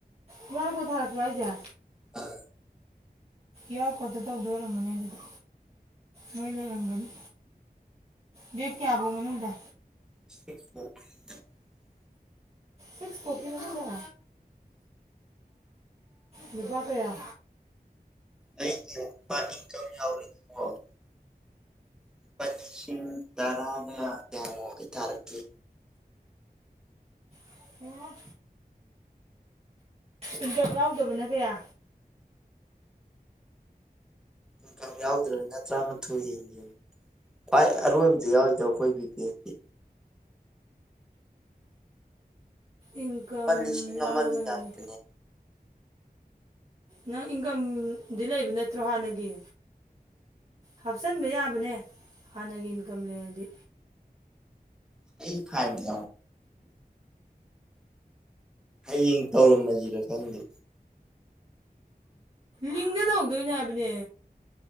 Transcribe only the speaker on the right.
ꯇꯔ ꯀꯊꯁꯨ ꯑꯩꯖ
ꯌꯥꯎ ꯈꯣꯠꯇ ꯇꯧꯗ ꯑꯣꯏꯔꯃꯅꯦ ꯑꯗꯨꯗꯤ ꯅꯣꯏ ꯂꯩꯔꯝꯒꯅꯤ ꯗꯦꯠ ꯀꯌꯥ ꯐꯧ ꯃꯅꯨꯡꯗ
ꯁꯤꯛꯁ ꯐꯀꯤ ꯃꯅꯗ ꯅꯨꯄꯥ ꯀꯌꯥ
ꯑꯣ ꯏꯟꯀꯝ ꯌꯥꯎꯗꯕꯅ ꯀꯌꯥ
ꯏꯟꯀꯝ
ꯌꯥꯎꯔꯒꯅꯂ
ꯅꯪ ꯏꯟꯀꯝꯗꯤ ꯂꯩꯕ ꯅꯠꯇ꯭ꯔꯣ ꯍꯥꯟꯅꯒꯤ ꯍꯥꯞꯁꯟ ꯃꯌꯥꯝꯕꯅꯦ ꯍꯅꯒꯤ ꯏꯟꯀꯝ ꯂꯩꯗꯤ
ꯂꯤꯡꯗ ꯇꯧꯍꯧꯗꯣꯏꯅꯦ ꯍꯥꯏꯕꯅꯦ